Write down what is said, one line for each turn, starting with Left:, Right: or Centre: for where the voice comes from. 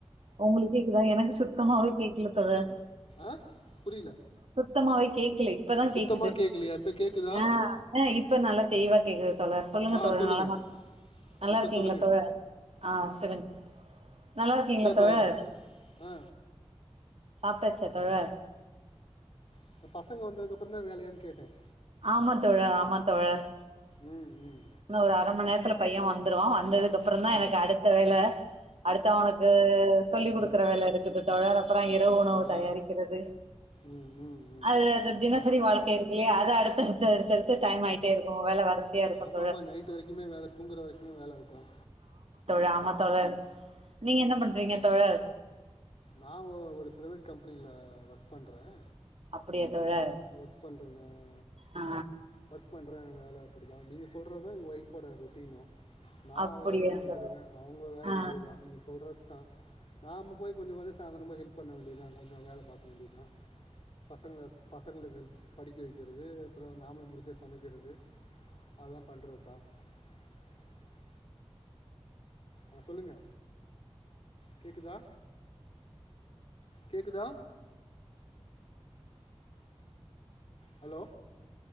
Right: உங்களுக்கு கேக்குதான் எனக்கு சுத்தமாவே கேக்கல தோழர்
Left: ஆஹ புரியல
Right: சுத்தமாவே கேக்கல இப்பதான்
Left: சுத்தமாக
Right: கேக்குது
Left: கேட்கலையா இப்போ கேட்குதா
Right: ஆஹஹ இப்ப நல்லா தெளிவா கேக்குது தோழர் சொல்லுங்க
Left: ஆ
Right: தோழர்
Left: சொல்லுங்கள்
Right: நலமா நல்லா
Left: இப்போ
Right: இருக்கீங்களா
Left: சொல்லுங்கள்
Right: தோழர் ஆஹ் சரிங்க நல்லா இருக்கீங்களா
Left: என்ன இப்போ
Right: தோழர்
Left: ஆ
Right: சாப்பிட்டாச்ச தோழர்
Left: இந்த பசங்க வந்ததுக்க அப்புறம் தான் வேலையானு கேட்டேன்
Right: ஆமா தோழர் ஆமா தோழர்
Left: ம் உம்
Right: இன்ன ஒரு அரை மணி நேரத்துல பையன் வந்துருவான் வந்தது அதுக்கப்புறம் தான்
Left: ஆ
Right: எனக்கு அடுத்த வேலை அடுத்த அவனுக்கு சொல்லி் கொடுக்கற
Left: ம்
Right: வேலை இருக்குது தோழர் அப்புறம் இரவு உணவு
Left: ஆ
Right: தயாரிக்கிறது
Left: ம் ம் ம்
Right: அது தின சரி வாழ்க்கை இருக்கு இல்லையா அத அடுத்தடுத்த அடுத்தடுத்த டைம் ஆகிட்டே இருக்கும் வேல பிசியா இருக்கும்
Left: ஆமா நைட்டு வரைக்குமே வேல தூங்குற வரைக்குமே வேல இருக்கும்
Right: காமத்தோட <unintelligible> நீங்க என்ன பண்றீங்க தோழர்
Left: நான் ஒரு பிரைவேட் கம்பெனியில ஒர்க் பண்ணறேன்
Right: அப்படியா தோழர்
Left: ஒர்க் பண்றே நான்
Right: ஆ
Left: ஒர்க் பண்றேன் வேலை அப்படி <inaudible> நீங்கள் சொல்கறதான் எங்கள் ஒயஃபோட ொட்டீனும் <unintelligible> நான்
Right: அப்படியா
Left: வேல இன்னும் வந்துிருவேன்
Right: தோழர்
Left: அவங்க வேலை
Right: ஆ
Left: இதேதான் நீங்க சொல்றது தான் <unintelligible> நாம போய் கொஞ்சம் வந்து சாயந்தரமாக ஹெல்ப் பண்ண வேண்டியதான் கொஞ்சம் வேல பார்க வேண்டியதான் பசங்களை பசங்களுக்கு ஹெல்ப் படிக்க வைக்கிறது அப்புறம் நாமல் முடி்சே சமக்கிறது அதெல்லாம் பண்ணுறது தான் <unintelligible> ஆஹ் சொல்லுங்க கேக்குதா கேக்குதா ஹலோ